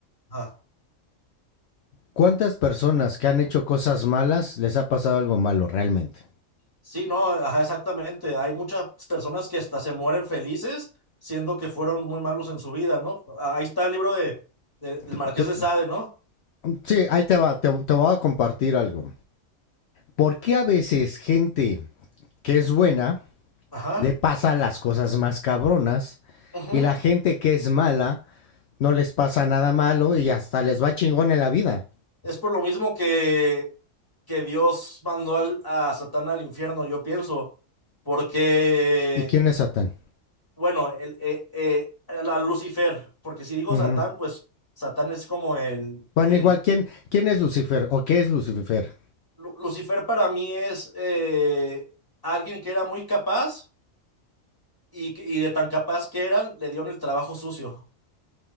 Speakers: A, on the left; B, on the left.
A: Ah.
B: ¿Cuántas personas que han hecho cosas malas les ha pasado algo malo realmente?
A: Sí, no, ajá, exactamente. Hay muchas personas que hasta se mueren felices siendo que fueron muy malos en su vida, ¿no? Ah, Ahí está el libro de, de- del
B: Te-
A: Marqués
B: te-
A: de Sade, ¿no?
B: sí, ahí te va, te, te voy a compartir algo. ¿Por qué a veces gente que es buena
A: Ajá.
B: le pasan las cosas más cabronas
A: ujú.
B: y la gente que es mala no les pasa nada malo y hasta les va chingón en la vida.
A: Es por lo mismo que, que Dios mandó al- a Satán al infierno, yo pienso, porque,
B: ¿Y quién es Satán?
A: bueno, el, eh, eh, el- a Lucifer, porque si digo
B: Ujú.
A: Satán, pues Satán es como el,
B: Bueno,
A: el
B: igual, ¿quién, ¿quién es Lucifer o qué es Lucifer?
A: Lu- Lucifer para mí es eh, alguien que era muy capaz Y, que- y de tan capaz que eran, le dieron el trabajo sucio.